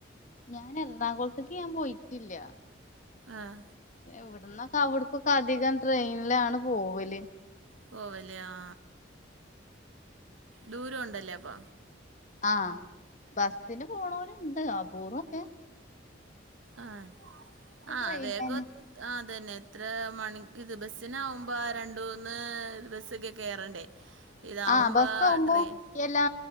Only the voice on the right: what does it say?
ആഹ
പോവല ആ ദൂരം ഉണ്ടല്ലേ അപ്പ
ആഹ ആ്
വേഗം ആ തന്നെ എത്ര മണി ഇത് ബസ്സിനാവുമ്പോ രണ്ട മൂന്ന് ബസ്സൊക്കെ കയറണ്ടേ ഇതാവുമ്പോൾ
ട്രെയിൻ